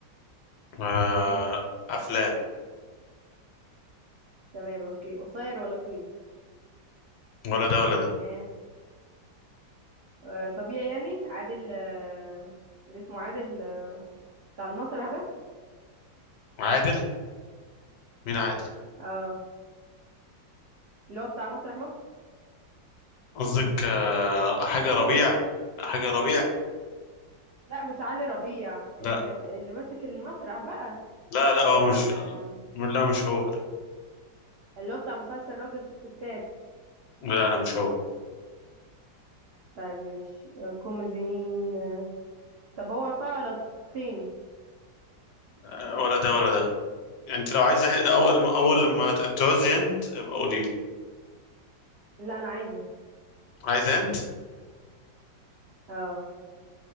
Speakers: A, on the left; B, on the right.
A: آه
B: ها
A: افلام
B: تمام أوكي قصير ولا طويل
A: ولا ده ولا ده
B: ها آه، طبيعي يعني عادل آه، اللي اسمه عادل آه، بتاع المسرح ده
A: عادل مين عادل
B: اه اللي هو بتاع مسرح مصر
A: قصدك آه حاجه
B: الكوميدي
A: ربيع حاجه ربيع
B: لا مش علي ربيع اللي
A: لا
B: اللي ماسك المسرح بقى
A: لا لا هو
B: آه،
A: مش لا مش هو لا
B: اللي هو بتاع مسلسل راجل وست ستات
A: لا لا مش هو
B: طيب ماشي آه، كوميدي مين آه، طب هو رفيع ولا تخين
A: آه ولا ده ولا ده يعني انت لو عايزه هي- ده اول اول
B: طب
A: لما ت- تعوزي انت ابقى قولي لي
B: لا انا عايزه
A: عايزه انت
B: اه